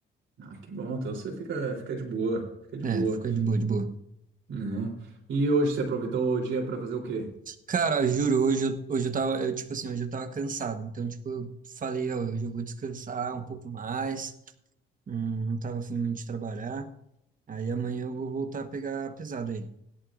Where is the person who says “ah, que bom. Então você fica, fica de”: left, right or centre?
Right